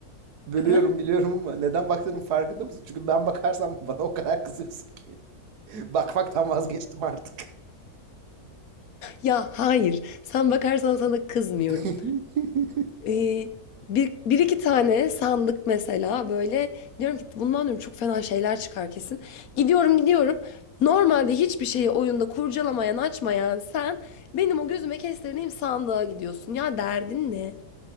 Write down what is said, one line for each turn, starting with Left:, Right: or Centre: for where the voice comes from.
Right: Bölüyorum
Left: ha?
Right: biliyorum ama neden baktığının farkında mısın? Çünkü ben bakarsam bana o kadar kızıyorsun ki. <laughs> Bakmaktan vazgeçtim artık.
Left: Ya hayır, sen bakarsan sana kızmıyorum.
Right: <laughs>
Left: Ee, bir, bir iki tane sandık mesela böyle diyorum ki bundan diyorum çok fena şeyler çıkar kesin. Gidiyorum gidiyorum. Normalde hiçbir şeyi oyunda kurcalamayan açmayan sen benim o gözüme kestirdiğim sandığa gidiyorsun. Ya derdin ne?